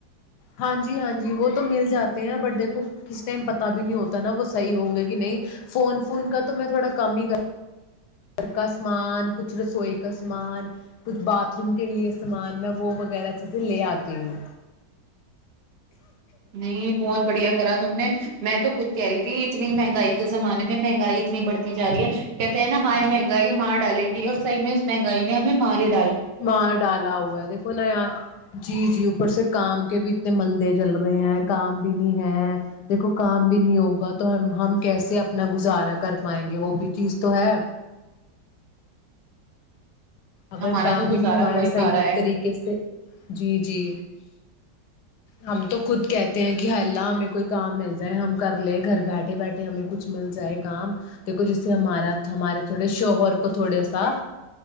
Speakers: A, on the left (about 75°); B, on the right (about 50°).
A: ہاں جی ہاں جی وہ تو مل جاتے ہیں بٹ دیکھو کس ٹائم پتہ بھی نہیں ہوتا نا وہ صحیح ہوں گے کہ نہیں فون فون کا تو میں تھوڑا کم ہی کروں گھر کا سامان کچھ رسوئی کا سامان کچھ باتھ روم کے لئے سامان میں وہ وغیرہ چیزیں لے آتی ہوں
B: نہیں بہت بڑھیا ا تم نے میں تو خود کہہ رہی تھی اتنی مہنگائی کے زمانے میں مہنگائی اتنی بڑتی ج رہی ہے کہتے ہیں نا ہاں مہنگائی مار ڈالے گی اور صحی میں اس مہنگائی نے ہمیں ماری
A: مار ڈالا ہوا ہے دیکھو نا یار جی جی اوپر سے کام کے بھی اتنے مندے چل رہے ہیں کام بھی نہیں ہے دیکھو کام بھی نہیں ہوگا تو ہم ہم کیسے اپنا گزارا کر پائیں گے وہ بھی چیز تو ہے اگر
B: ہمارا
A: کام
B: تو گزارا
A: ہی نہیں ہمارا
B: ہو کھا
A: صحیح
B: رہا ہے
A: طریقے سے جی جی ہم تو خود کہتے ہیں کہ ح اللہ ہمیں کوئی کام مل جائے ہم کر لے گھر بیٹھے بیٹھے ہمیں کچھ مل جائے کام دیکھو جس سے ہمارا ہمارے تھوڑے شوہر کو تھوڑا سا